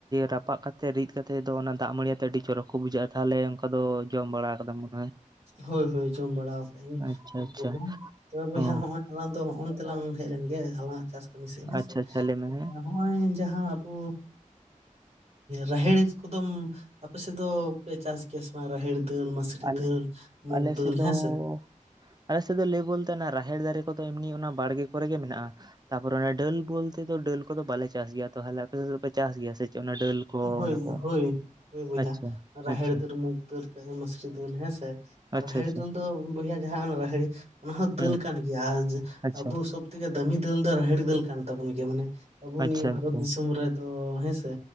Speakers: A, on the right; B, on the right.
A: ᱨᱟᱯᱟᱜ ᱠᱟᱛᱮᱜ ᱨᱤᱫ ᱠᱟᱛᱮᱜ ᱫᱚ ᱚᱱᱟ ᱫᱟᱜ ᱢᱟᱹᱲᱤᱭᱟᱛᱮ ᱟᱹᱰᱤ ᱪᱚᱨᱚᱠ ᱠᱚ ᱵᱩᱡᱷᱟᱹᱜᱼᱟ ᱛᱟᱦᱚᱞᱮ ᱚᱱᱠᱟ ᱫᱚ ᱡᱚᱢ ᱵᱟᱲᱟ ᱟᱠᱟᱫᱟ ᱢᱚᱱᱮ ᱦᱚᱭ,
B: ᱦᱳᱭ ᱦᱳᱭ ᱡᱚᱢ ᱵᱟᱲᱟ ᱟᱠᱟᱜ ᱟᱹᱧ
A: ᱟᱪᱪᱷᱟ
B: ᱩᱱᱠᱩ
A: ᱟᱪᱪᱷᱟ
B: ᱦᱚᱸ ᱛᱚᱵᱮ ᱵᱚᱭᱦᱟ
A: ᱚ
B: ᱦᱚᱸᱜᱚᱭ ᱟᱞᱟᱝ ᱫᱚ ᱦᱚᱜ-ᱚ ᱱᱚᱛᱮᱞᱟᱝ ᱦᱮᱡ ᱞᱮᱱ ᱜᱮ ᱟᱞᱟᱝ ᱪᱟᱥ ᱠᱟᱹᱢᱤ ᱥᱮᱫ ᱦᱮᱸ
A: ᱟᱪᱪᱷᱟ
B: ᱥᱮ
A: ᱟᱪᱪᱷᱟ ᱞᱟᱹᱭ ᱢᱮ ᱦᱮᱸ
B: ᱱᱚᱜᱼᱚᱭ ᱡᱟᱦᱟᱸ ᱟᱵᱚ ᱨᱟᱦᱮᱲ ᱠᱚᱫᱚᱢᱼᱼ ᱟᱯᱮ ᱥᱮᱫ ᱫᱚᱯᱮ ᱪᱟᱥ ᱜᱮᱭᱟ ᱥᱮ ᱵᱟᱝ ᱨᱟᱦᱮᱲ ᱫᱟᱹᱞ ᱢᱟᱥᱨᱤ
A: ᱟᱞᱮ
B: ᱫᱟᱹᱞ, ᱢᱩᱜᱽ
A: ᱟᱞᱮ
B: ᱫᱟᱹᱞ
A: ᱥᱮᱫ ᱫᱚ,
B: ᱦᱮᱸ
A: ᱚ,
B: ᱥᱮ
A: ᱟᱞᱮ ᱥᱮᱫ ᱫᱚ ᱞᱟᱹᱭ ᱵᱚᱞᱛᱮ ᱨᱟᱦᱮᱲ ᱫᱟᱨᱮᱹ ᱠᱚᱫᱚ ᱮᱢᱱᱤ ᱚᱱᱟ ᱵᱟᱲᱜᱮᱹ ᱠᱚᱨᱮ ᱜᱮ ᱢᱮᱱᱟᱜᱼᱟ᱾ ᱛᱟᱯᱚᱨ ᱚᱱᱟ ᱰᱟᱹᱞ ᱵᱚᱞᱛᱮ ᱫᱚ ᱰᱟᱹᱞ ᱠᱚᱫᱚ ᱵᱟᱞᱮ ᱪᱟᱥ ᱜᱮᱭᱟ ᱛᱟᱦᱚᱞᱮ ᱟᱯᱮ ᱥᱮᱫ ᱫᱚ ᱯᱮ ᱪᱟᱥ ᱜᱮᱭᱟ ᱥᱮ ᱪᱮᱫ ᱚᱱᱟ ᱰᱟᱹᱞ, ᱠᱚ
B: ᱦᱳᱭ
A: ᱚᱱᱟ ᱠᱚ
B: ᱦᱳᱭ ᱦᱳᱭ ᱵᱚᱭᱦᱟ
A: ᱟᱪᱪᱷᱟ
B: ᱨᱟᱦᱮᱲ
A: ᱟᱪᱪᱷᱟ
B: ᱫᱟᱹᱞ ᱢᱩᱠᱷ ᱫᱟᱹᱞ ᱢᱟᱥᱨᱤ ᱫᱟᱹᱞ ᱦᱮᱸ ᱥᱮ, ᱨᱟᱦᱮᱲ
A: ᱟᱪᱪᱷᱟ ᱟᱪᱪᱷᱟ
B: ᱫᱟᱹᱞ ᱫᱚ ᱵᱚᱭᱦᱟ ᱡᱟᱦᱟᱸ ᱨᱟᱦᱮᱲ ᱚᱱᱟ ᱦᱚᱸ ᱫᱟᱹᱞ
A: ᱦᱮᱸ
B: ᱠᱟᱱ ᱜᱮᱭᱟ ᱟᱨ
A: ᱟᱪᱪᱷᱟ
B: ᱟᱵᱚ ᱥᱚᱵ ᱛᱮᱜᱮ ᱫᱟᱹᱢᱤ ᱫᱟᱹᱞ ᱫᱚ ᱨᱟᱦᱮᱲ ᱫᱟᱹᱞ ᱠᱟᱱ ᱛᱟᱵᱚᱱ ᱜᱮᱭᱟ ᱢᱟᱱᱮ, ᱟᱵᱚ ᱱᱤᱭᱟᱹ
A: ᱟᱪᱪᱷᱟ
B: ᱵᱷᱟᱨᱚᱛ
A: ᱟᱪᱪᱷᱟ
B: ᱫᱤᱥᱚᱢ ᱨᱮᱫᱚ ᱦᱮᱸᱥᱮ